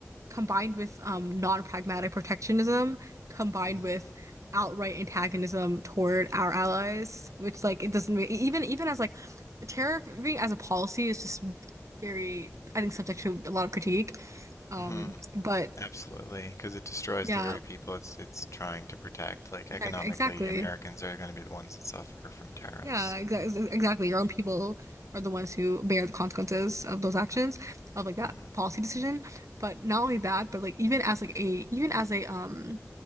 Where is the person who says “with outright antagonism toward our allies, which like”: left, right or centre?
Right